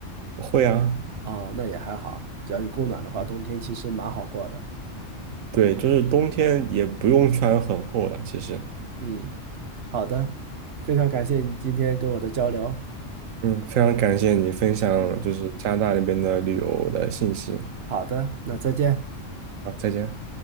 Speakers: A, on the right; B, on the right.
A: 会啊，
B: 哦，那也还好，只要有供暖的话，
A: 嗯，
B: 冬天其实蛮好过的。
A: 对，就是冬天也不用穿很厚了，其实。
B: 嗯，好的，非常感谢你今天跟我的交流。
A: 嗯，非常感谢你分享就是加拿大那边的旅游的信息。
B: 嗯，好的，那再见。
A: 好，再见。